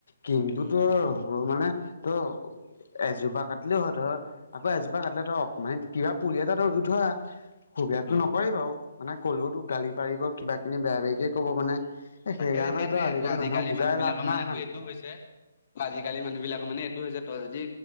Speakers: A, on the left; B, on the left.
A: কিন্তু
B: উম
A: তোৰ সৰু মানে ত এজোপা কাটিলেও হয় ধৰ, আকৌ এজোপা কাটিলে তই অকমান মানে কিবা পুলি এটা ৰুই থৈ আহ। সুবিধাতো
B: অ
A: নকৰে বাৰু, মানে ক'লেও তোক গালি পাৰিব কিবা কিবি বেয়া বেয়িকে ক'ব মানে এ সেইকাৰণে
B: তাকে সেইটোয়ে
A: তই
B: আজিকালি
A: মানুহক বুজাই
B: মানুহ বিলাকৰ
A: লাভ নাই
B: মানে তোৰ এইটো হৈছে আজিকালি মানুহ বিলাকৰ মানে এইটো হৈছে, তই যদি